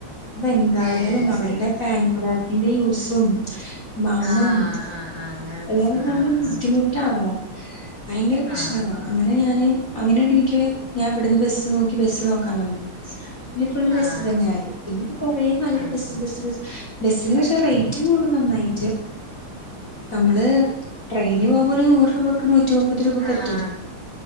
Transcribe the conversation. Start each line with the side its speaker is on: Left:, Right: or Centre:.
Left: ബംഗാളികളും
Right: ഏഹ്
Left: അവരുടെ
Right: ശരി
Left: പാൻപരാഗിന്റെ യൂസും മണ്ണും
Right: ആഹ് ആഹ് ആഹ് അങ്ങനെ
Left: എല്ലാ
Right: പ്രശ്നം
Left: കൂടെ ഭയങ്കര
Right: ആഹ്
Left: ബുദ്ധിമുട്ടാവാ
Right: ആഹ്
Left: ഭയങ്കര പ്രശ്നം
Right: ആഹ്
Left: ആവാ
Right: ആഹ്
Left: അങ്ങനെ ഞാന് അങ്ങനെയാണ് എനിക്ക് ഞാൻ ഇവിടുന്ന് ബസ്സ് നോക്കി ബസ് നോക്കാൻ തുടങ്ങി.
Right: <unintelligible>
Left: പിന്നെ ഫുൾ ബസ്
Right: ആഹ്
Left: തന്നെ
Right: ശരി
Left: ആയി പിന്നെ ഇപ്പ കൊറേ കാലയിട്ട്
Right: ആഹ്
Left: ബസ്
Right: ആഹ് ആഹ് ആഹ്
Left: ബസ് ബസ് ബസിന് പക്ഷെ റേറ്റ് കൂടും നന്നായി. നമ്മള് ട്രെയിൻ
Right: അതെ
Left: പോകുമ്പോ ഒരു നൂറ് രൂപ ക്ക്‌ നൂറ്റി മുപ്പത് രൂപക്ക്
Right: ആഹ്
Left: എത്തും